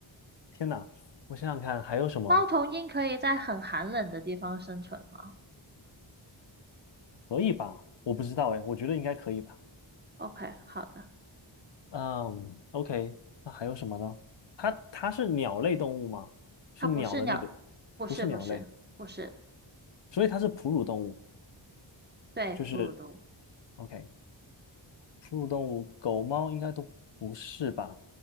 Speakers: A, on the left; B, on the right.
A: 天哪！我想想看还有什么
B: 猫头鹰可以在很寒冷的地方生存吗
A: 可以吧？我不知道哎，我觉得应该可以吧。
B: ？OK，好的。
A: 嗯，OK，那还有什么呢？它它是鸟类动物吗？是鸟的那个，
B: 它不是鸟，不是，
A: 不是鸟类，
B: 不是，不是。
A: 所以它是哺乳动物，
B: 对，
A: 就是
B: 哺乳动物，
A: OK，哺乳动物，狗猫应该都不是吧？